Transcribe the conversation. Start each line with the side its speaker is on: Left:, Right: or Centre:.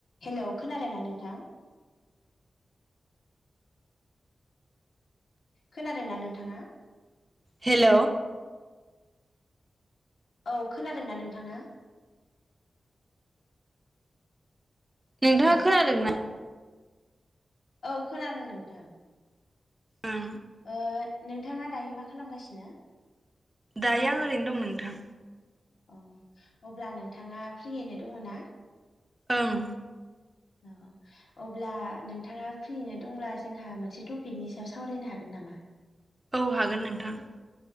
Left: हेल खोनादोंना नोंथां? खोनादोंना नोंथाङा?
Right: हेल।
Left: औ खोनादोंना नोंथाङा?
Right: नोंथाङा
Left: हेलौ
Right: खोनादोंना?
Left: औ खोनादों नोंथां।
Right: ओं
Left: ओ नोंथाङा दायो मा खालामगासिनो?
Right: दायो आं ओरैनो दं नोंथां।
Left: औ अब्ला नोंथाङा फ्रियैनो दङ ना?
Right: ओं।
Left: औ अब्ला नोंथाङा फ्रिनो दंब्ला जोंहा मोनसे टपिकनि सायाव सावरायनो हागोन नामा?
Right: औ हागोन नोंथां।